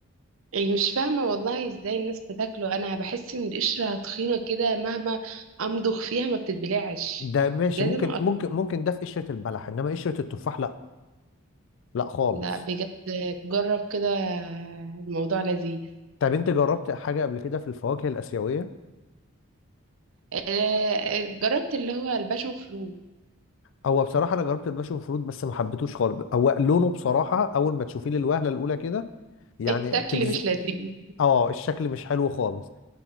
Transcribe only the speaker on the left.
ده ماشي
ممكن
ممكن ممكن ده في قشره البلح انما قشره التفاح لا لا خالص
طب انت جربت حاجه قبل كده في الفواكه الاسيويه
هو بصراحه انا جربت الباشون فروت بس ما حبيتوش خالص هو لونه بصراحه اول ما تشوفيه للوهله الاولى كده يعني
تجز
اه الشكل مش حلو خالص